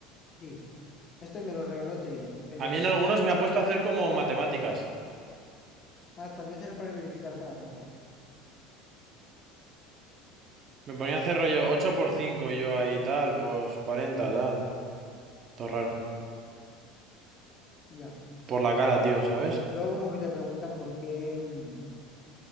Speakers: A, on the left (about 20°); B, on the right (about 30°).
A: sí, este me lo regaló Tere. Pero
B: A mí
A: sé,
B: en algunos me ha puesto a hacer como matemáticas.
A: ah, tal vez era para verificarte la cuenta.
B: Me ponía a hacer rollo 8 por 5 y yo ahí tal, pues 40 tal. Todo raro.
A: Ya.
B: Por la cara, tío, ¿sabes?
A: Luego como que te pregunta por qué. mm,